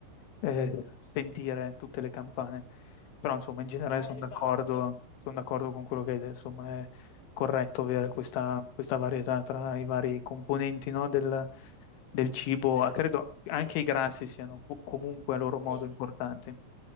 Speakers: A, on the left (about 75°); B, on the left (about 15°).
A: eh, sentire tutte le campane. Però, insomma, in generale
B: Eh,
A: sono
B: esatto.
A: d'accordo, sono d'accordo con quello che hai detto, insomma, è corretto avere questa, questa varietà tra i vari componenti, no, del, del cibo.
B: Eh,
A: Ah, Credo
B: sì.
A: anche i grassi siano co- comunque a loro modo
B: Sì.
A: importanti.